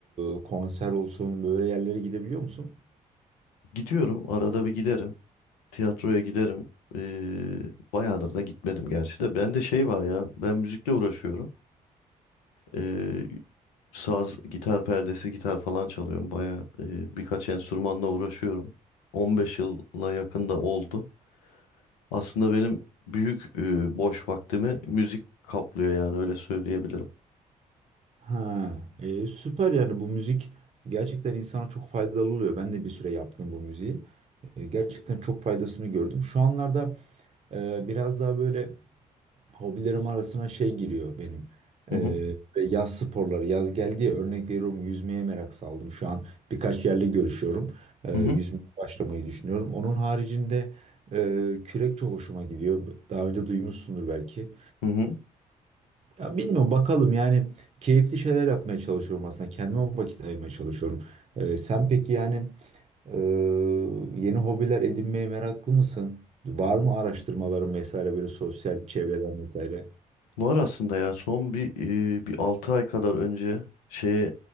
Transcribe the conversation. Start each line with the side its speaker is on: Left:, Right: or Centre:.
Right: e, konser olsun böyle yerlere gidebiliyor musun?
Left: Gidiyorum arada bir giderim. Tiyatroya giderim. Ee, bayağıdır da gitmedim gerçi de. Bende şey var ya. Ben müzikle uğraşıyorum. Ee, saz, gitar perdesi, gitar falan çalıyorum. Bayağı e, birkaç enstrümanla uğraşıyorum. 15 yıla yakın da oldu. Aslında benim büyük e, boş vaktimi müzik kaplıyor yani öyle söyleyebilirim.
Right: Ha, e, süper yani bu müzik gerçekten insana çok faydalı oluyor. Ben de bir süre yaptım bu müziği. E, gerçekten çok faydasını gördüm. Şu anlarda e, biraz daha böyle Hobilerim arasına şey giriyor benim. Ee,
Left: Hı hı.
Right: ve yaz sporları. Yaz geldi ya örnek veriyorum yüzmeye merak saldım. Şu an birkaç yerle görüşüyorum. Ee,
Left: Hı hı.
Right: yüzmeye başlamayı düşünüyorum. Onun haricinde e, kürek çok hoşuma gidiyor. Daha önce duymuşsundur belki.
Left: Hı hı.
Right: Ya bilmiyorum bakalım yani keyifli şeyler yapmaya çalışıyorum aslında. Kendime vakit ayırmaya çalışıyorum. Ee, sen peki yani e, yeni hobiler edinmeye meraklı mısın? Var mı araştırmaların vesaire böyle sosyal çevreden vesaire?
Left: Var aslında ya son bir e, bir 6 ay kadar önce şeye